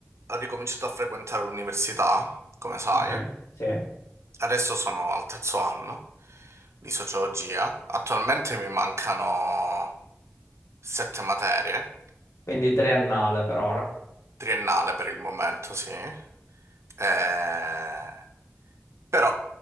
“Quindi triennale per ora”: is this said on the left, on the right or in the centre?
Left